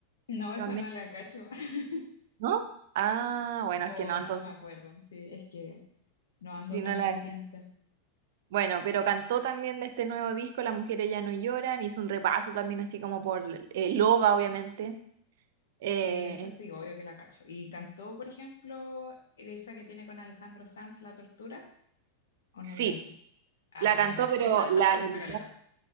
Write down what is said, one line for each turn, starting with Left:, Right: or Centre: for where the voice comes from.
Left: No, esa
Right: también,
Left: no la cacho. <laughs>
Right: ¿no? Ah, bueno,
Left: O
Right: es que no,
Left: no
Right: entonces
Left: me acuerdo. Sí, es que no ando
Right: si
Left: tan
Right: no la...
Left: pendiente.
Right: Bueno, pero cantó también de este nuevo disco, Las mujeres ya no lloran, hizo un repaso también así como por eh, Loba, obviamente. Eh,
Left: Sí, esa sí, obvio que la cacho. ¿Y cantó, por ejemplo, esa que tiene con Alejandro Sanz, La Tortura? ¿O
Right: sí,
Left: no la cantó? Ah,
Right: la cantó,
Left: buena.
Right: pero
Left: Esa, esa
Right: la
Left: me gusta,
Right: verdad
Left: caleta.